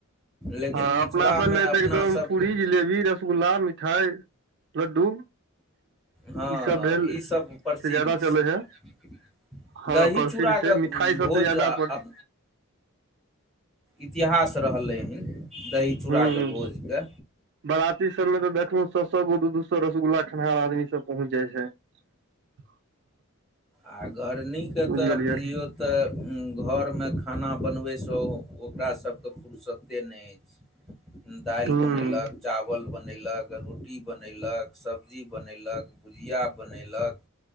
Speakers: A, in the centre; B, on the right (about 55°).
A: लेकिन
B: हँ
A: मिथिलामे
B: अपना सबमे तऽ
A: अपना
B: एकदम
A: सबके
B: पूड़ी जिलेबी रसगुल्ला मि ठाइ लड्डू
A: हँ
B: ई सब भेल
A: ईसभ प्रसिद्ध
B: से ज्यादा
A: छै
B: चलै है हँ
A: दही
B: प्रसिद्ध
A: चूड़ाके
B: छै मिठाई सबसँ
A: भोज
B: ज्यादा प्रसिद्ध
A: अप इतिहास रहलै हन दही चूड़ाके
B: हूँ
A: भोजके
B: बराती सब मे तऽ देखलहुं सो सो गो दू दू सो रसगुल्ला खनिनहार आदमी सब पहुँच जाइ छै <inaudible>
A: आ घरनी के
B: बुझि
A: तऽ
B: गेलियै
A: बुझियौ तऽ घर मे खाना बनबैसँ ओकरा सबके फुर्सत्ते नहि दालि
B: हूँ
A: बनेलक चा वल बनैलक रोटी बनैलक सब्जी बनैलक भुजिया बनलिक